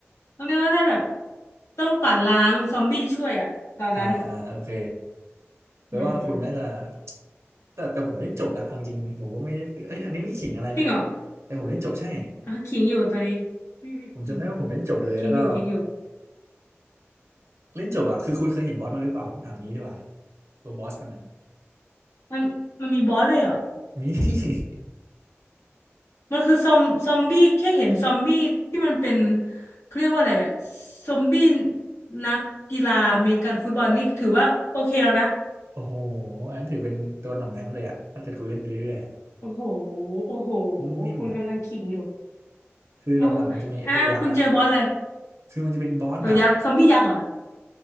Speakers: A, on the left (about 75°); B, on the right (about 70°).
A: ต้องเรียกว่าได้แบบต้องกวาดล้างซอมบี้ช่วยอ่ะตอนนั้น
B: อ่าอ่าโอเคแปลว่าคุณน่าจะ
A: อืมอืม
B: แต่แต่ผมเล่นจบนะเอาจริงผมก็ไม่เอ้ยอันนี้ไม่ขิงอะไรนะ
A: จริงเหรอ
B: แต่ผมเล่นจบใช่
A: อ่ะขิงอยู่ตอนนี้อืมอืมอืม
B: ผมจำได้ว่าผมเล่นจบเลยแล้วก็
A: ขิงอยู่ขิงอยู่
B: เล่นจบอะคือคุณเคยเห็นบอสมาหรือเปล่าผมถามงี้ดีกว่าตัวบอสมันน่ะ
A: มันมันมีบอสด้วยเหรอ
B: มี <laughs>
A: มันคือซอมซอมบี้แค่เห็นซอมบี้ที่มันเป็นเขาเรียกว่าอะไรอะซอมบี้นักกีฬาอเมริกันฟุตบอลนี่ถือว่าโอเคแล้วนะ
B: โอ้โหอันนั้นถือเป็นตัวหน่อมแนมเลยอะถ้าเกิดคุณเล่นไปเรื่อยๆอะ
A: โอ้โหโอ้โห
B: นุ่มนิ่มอะ
A: คุณกำลังขิงอยู่
B: คือหลังๆมันจะมีไอ้ตัวยักษ์อะ
A: โอ้ยอ่ะคุณเจอบอสอะไร
B: คือมันจะเป็นบอสแบบ
A: ตัวยักษ์ซอมบี้ยักษ์เหรอ